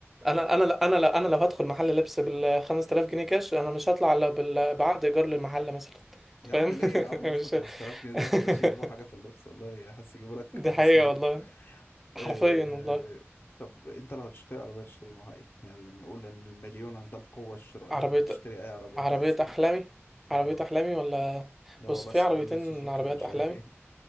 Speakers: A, in the centre; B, on the left.
A: انا انا انا لا انا لو هدخل محل لبس بال 5000 جنيه كاش انا مش هطلع الا بال- بعقد ايجار للمحل مثلا
B: <laughs>
A: أنت
B: يا
A: فاهم
B: عم ليه يا عم اصلا
A: <laughs> مش
B: 5000 جنيه ده تبقاش
A: <laughs>
B: يجيبوا حاجة في اللبس والله حاسس يجيبوا لك
A: دي
B: قميصين
A: حقيقة والله حرفيا
B: إيه...
A: والله
B: طب انت لو هتشتري عربية تشتري نوعها ايه؟ يعني نقول ان المليون عندها القوة الشرائية
A: عربية
B: انها تشتري اي عربية
A: عربية
B: انت عايزها
A: أحلامي عربية
B: اه
A: أحلامي ولا
B: هو
A: بص
B: بس
A: في عربيتين
B: تقول لي سوزوكي
A: عربيات
B: مش
A: أحلامي
B: عارف ايه